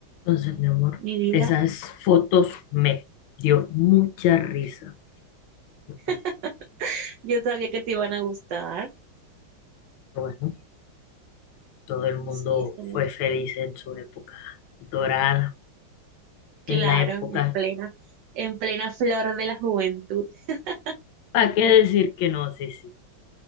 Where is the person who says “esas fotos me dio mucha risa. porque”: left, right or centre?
Left